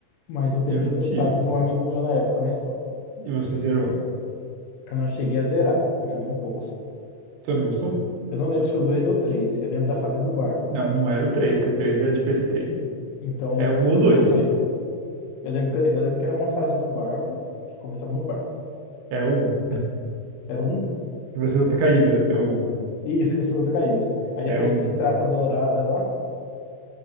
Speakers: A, on the left; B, on the right.
A: mas eu peguei
B: Eu não
A: emprestado
B: tive.
A: de um amigo meu na época na escola.
B: E você zerou?
A: Eu não cheguei a zerar. Eu joguei um pouco só.
B: Você não gostou?
A: Eu não lembro se foi o 2 ou o 3. Eu lembro da fase do barco.
B: Não, não era o 3.
A: Eu não-
B: que o três era de ps três.
A: Então eu não
B: É
A: lembro
B: um ou
A: se era
B: dois.
A: o 2. Eu lembro que, eu lembro que era uma fase do barco, que começava no barco.
B: É um. <laughs>
A: Era um.
B: E você luta com a Hydra. É um.
A: Isso, Caçador da Caída. Aí depois
B: É um.
A: tem a Estátua Dourada lá.